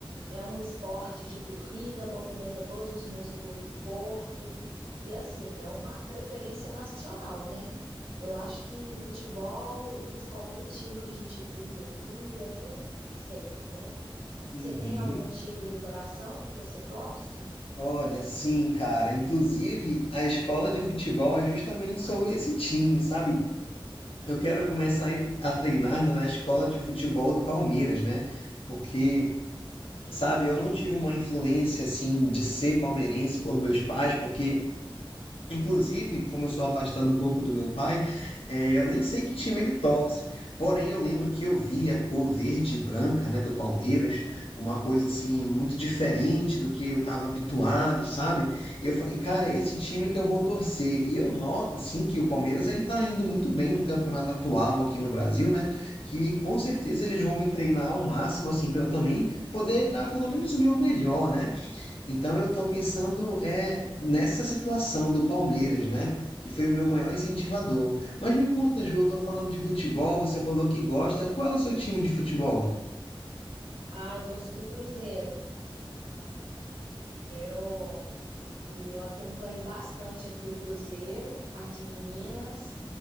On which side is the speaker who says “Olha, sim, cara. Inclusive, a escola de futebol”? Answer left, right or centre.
Left